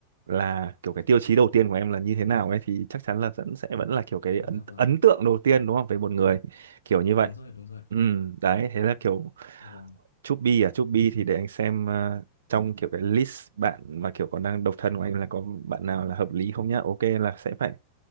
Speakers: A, on the right; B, on the left.
A: là kiểu cái tiêu chí đầu tiên của em là như thế nào ấy thì chắc chắn là vẫn sẽ vẫn là kiểu cái
B: dạ
A: ấn
B: vâng
A: ấn tượng đầu tiên đúng không về một người kiểu như vậy
B: đúng rồi đúng rồi
A: ừ đấy thế là kiểu
B: vâng
A: Chubby à Chubby thì để anh xem ờ, trong kiểu cái list bạn mà kiểu còn đang độc thân của anh là có bạn nào là hợp lý không nhá ok là sẽ phải